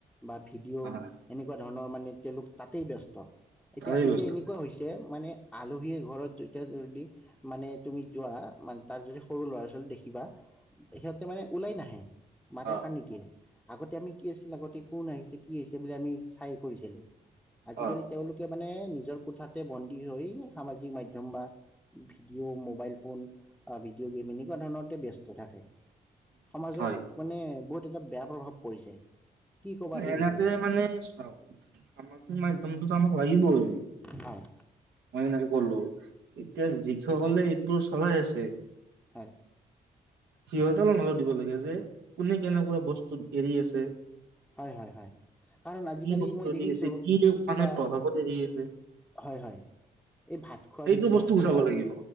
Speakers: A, in the centre; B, on the right.
A: বা ভিডিঅ'।
B: হয়
A: এনেকুৱা ধৰণৰ মানে, তেওঁলোক, তাতেই ব্যস্ত। তাত, এতিয়া,
B: তাৰেই
A: এতিয়া
B: বস্তু
A: এনেকুৱা হৈছে মানে আলহীয়ে ঘৰত যেতিয়া যদি, মানে তুমি যোৱা মান, তাত যদি সৰু ল'ৰা -ছোৱালী দেখিবা, সিহঁতে মানে ওলাই নাহে। মাত
B: অ'
A: এসাৰ্ নিদিয়ে। আগতে আমি, কি আছিল আগতে, কোন আহিছে কি বুলি আমি চাই, শুইচিলো। আজিকালি
B: অ'
A: তেওঁলোকে মানে নিজৰ কোঠাতে বন, ই -হয় সামাজিক মাধ্যম বা ভিডিঅ' মোবাইল ফোন বা ভিডিঅ' গেম এনেকুৱা ধৰণতে ব্যস্ত থাকে। সমাজত
B: হয়।
A: মানে, বহুত এটা বেয়া প্ৰভাৱ পৰিছে। কি ক'বা এই
B: এনেকে
A: বিষয়ে
B: মানে চাওক সামাজিক মাধ্যম মানে টো আমাক, লাগিবই।
A: হয়
B: <unintelligible> বলো। <unintelligible> চলাই আছে।
A: হয়
B: সিহতে অলপ নজৰ দিব লাগে যে কোনে কেনেকুৱা বস্তুত এৰি আছে।
A: হয় -হয় -হয় কাৰণ আজিকালি
B: কি বস্তু
A: মই
B: এৰি
A: দেখিছো
B: আছে কি মানে
A: কিবা,
B: প্ৰভাৱত এৰি আছে
A: হয় -হয় এই ভাত খোৱা
B: সেইটো
A: ভিডিঅ',
B: বস্তু গুচাব
A: কিবা
B: লাগিব